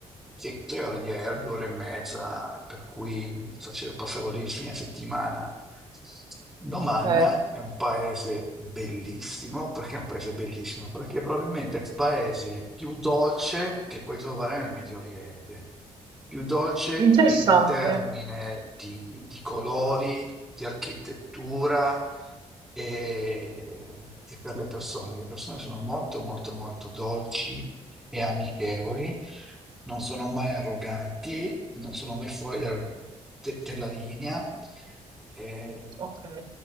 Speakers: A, in the centre; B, on the right.
A: Sì, tre ore di aereo, due ore e mezza, per cui facevo, passavo lì il fine settimana. L'Oman
B: ok,
A: è un paese bellissimo, perché è un paese bellissimo? Perché è probabilmente il paese più dolce che puoi trovare nel Medio Oriente, più dolce
B: interessante.
A: in termini di, di colori, di architettura e, e per le persone. Le persone sono molto, molto, molto dolci e amichevoli, non sono mai arroganti non sono mai fuori dal- de- della linea. eh,
B: Ok.